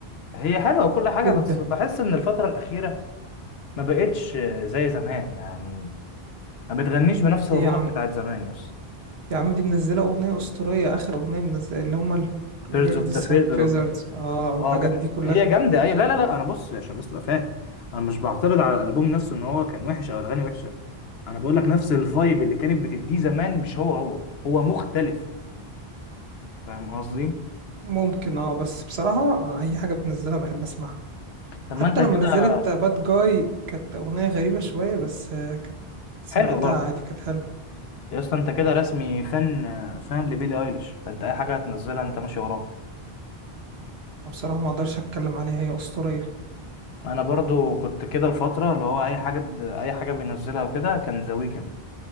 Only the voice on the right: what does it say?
جدا
ايه يا عم
يا عم دي منزله اغنيه اسطوريه اخر اغنيه منزله اللي هم البيردز
هاف فيزرز اه والحاجات
دي كلها
كانت
ممكن اه بس بصراحه آه، اي حاجه بتنزلها بحب اسمعها
حتى
لما
نزلت باد جاي كانت اغنيه غريبه شويه بس آه، كانت سمعتها
عادي كانت حلوه
وبصراحه ما اقدرش اتكلم عليها هي اسطوريه